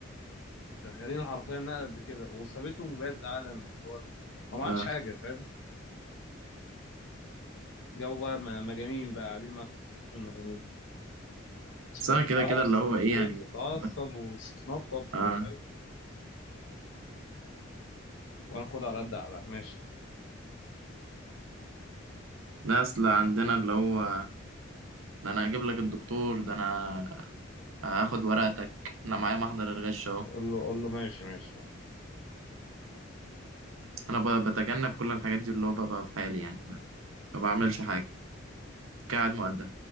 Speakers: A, on the left; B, on the right.
A: شغالين حرفيا نقلة قد كده وسابتهم وجاية تزعق لي أنا. هو ما
B: اه
A: عملتش حاجة فاهم جو بقى م- مجانين بقى قاعدين مع في مستشفى المجانين
B: بس
A: وتتعصب
B: انا كده كده اللي هو ايه
A: تقعد
B: يعني
A: تتعصب
B: ب-
A: وتتنطط
B: اه
A: ومش عارف وانا خد على قد على ماشي
B: ناس اللي عندنا اللي هو ده انا هجيب لك الدكتور ده انا هاخد ورقتك انا معايا محضر الغش اهو
A: قول له قول له ماشي ماشي
B: انا ب- بتجنب كل الحاجات دي اللي هو ببقى في حالي يعني ما بعملش حاجه قاعد مؤدب